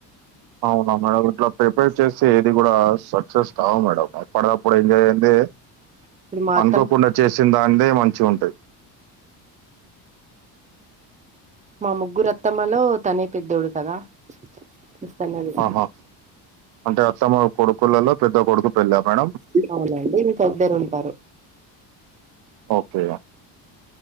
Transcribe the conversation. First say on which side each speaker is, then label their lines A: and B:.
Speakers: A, on the right; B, on the right.
A: అవునా మేడం ఇట్ల ప్రిపేర్ చేస్తే ఏది కూడ సక్సెస్ కావు మేడం ప అప్పుడయితె
B: ఇప్పుడు మా అత్తమ్మ
A: అనుకోకుండ చేసిన దానిదే మంచి ఉంటుంది
B: మా ముగ్గురత్తమ్మలో తనే పెద్దోడు కదా చూస్తున్నది
A: ఆహా అంటే అత్తమ కొడుకులలో పెద్ద కొడుకు పెళ్ళ మేడం
B: అవునండి ఇంకిద్దరు ఉంటారు
A: ఓకే న